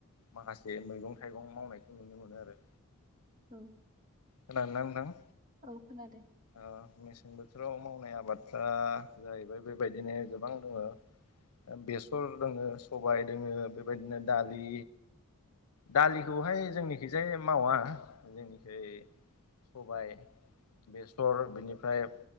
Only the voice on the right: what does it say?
औ-
औ खोनादों-